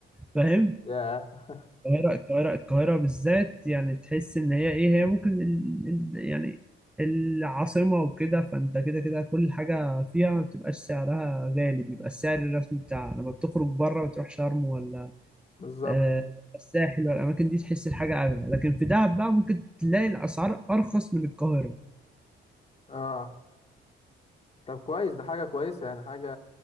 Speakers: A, in the centre; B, on the left.
A: فاهم
B: ياه
A: القاهرة القاهرة القاهرة بالذات يعني تحس إن هي إيه هي ممكن ال... ال- يعني العاصمة وكده فأنت كده كده كل حاجة فيها ما بتبقاش سعرها غالي بيبقى السعر الرسمي بتاعها لما بتخرج بره وتروح شرم ولا
B: بالظبط
A: آه، الساحل ولا الأماكن دي تحس الحاجة أغلى لكن في دهب بقى ممكن تلاقي الأسعار أرخص من القاهرة
B: اه طب كويس ده حاجة كويسة يعني حاجة